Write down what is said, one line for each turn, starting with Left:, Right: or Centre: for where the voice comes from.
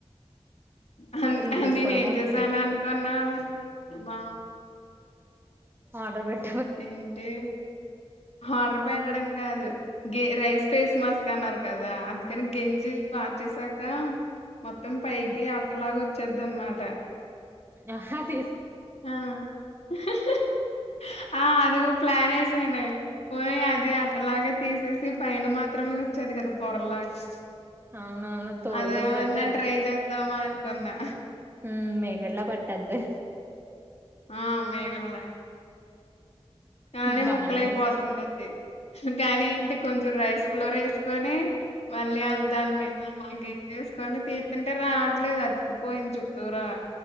Left: హం
Right: రివ్యూస్
Left: హం నేను
Right: కూడా
Left: ఏం
Right: బాగున్నాయంట
Left: చేసాను అనుకున్నావు బా
Right: ఆడ్రబెట్
Left: ఇంతే హార్డర్బే ఉండడం గాదు గి రైస్ ఫేస్ మాస్క్ అన్నారు కదా అందుకని గెంజి వార్చేసాకా మొత్తం పైకీ
Right: ఉమ్,
Left: అట్టలాగ వచ్చ చేద్దన్మాట
Right: ఆహ తీ
Left: ఆ హ్ హ్ ఆ అదిగు ప్లానేసేనే పోని అది అతలాగ తీసేసి పైన మాత్రమే వచ్చేది కదా పొరలాగా
Right: అవునవును తోడుకున్నట్టు
Left: అదేమన్న ట్రై చేద్దామ అనుకున్నా
Right: ఉమ్ మేఘడ్ల పట్టద్దె
Left: ఆ మె ఎమ్మరి కానీ
Right: బానే
Left: ముక్కలైపోతుందిడి
Right: చేసావ్
Left: కానీ ఇంటి కొంచెం రైస్ ఫ్లోర్ ఏస్ కొని మళ్ళీ దాని మీద మా గేంగేసుకొని తీత్తింటే రావట్లేదు అది పోయించుట్టూరా